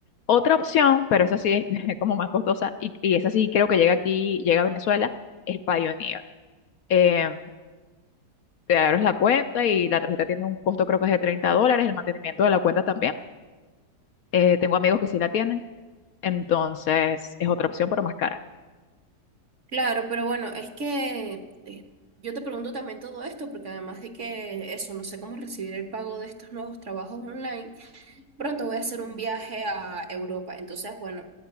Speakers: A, on the left; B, on the right.
A: Otra opción, pero esa sí es <laughs> como más costosa y, y esa sí creo que llega aquí, llega a Venezuela, es Payoneer. Eh, te abres la cuenta y la tarjeta tiene un costo creo que es de 30 dólares, el mantenimiento de la cuenta también. Eh, tengo amigos que sí la tienen, entonces es otra opción, pero más cara.
B: Claro, pero bueno, es que eh, yo te pregunto también todo esto porque además de que eso, no sé cómo recibir el pago de estos nuevos trabajos online, pronto voy a hacer un viaje a Europa. Entonces, bueno,